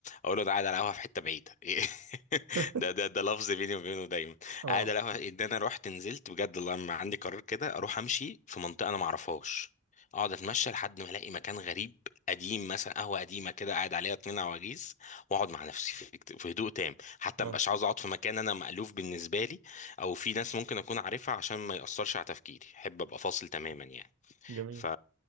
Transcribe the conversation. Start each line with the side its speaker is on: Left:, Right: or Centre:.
Left: اقول له ده قاعد على قهوه في حته بعيده <laughs>
Right: <laughs>
Left: ده ده ده لفظ بيني وبينه دايما
Right: اه
Left: قاعد على قهوه ان انا رحت نزلت بجد الله لما عندي قرار كده اروح امشي في منطقه انا ما اعرفهاش اقعد اتمشى لحد ما الاقي مكان غريب قديم مثلا قهوه قديمه كده قاعد عليها اتنين عواجيز واقعد مع نفسي في في هدوء تام حتى
Right: اه
Left: مبقاش عاوز اقعد في مكان انا مألوف بالنسبه لي او في ناس ممكن اكون عارفها عشان ما ياثرش على تفكيري احب ابقى فاصل تماما يعني
Right: جميل
Left: ف...